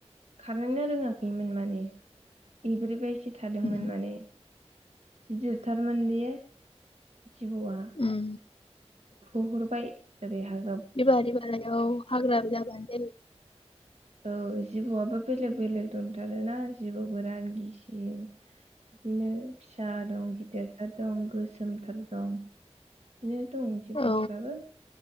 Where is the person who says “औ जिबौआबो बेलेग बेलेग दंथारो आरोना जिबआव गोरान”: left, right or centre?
Right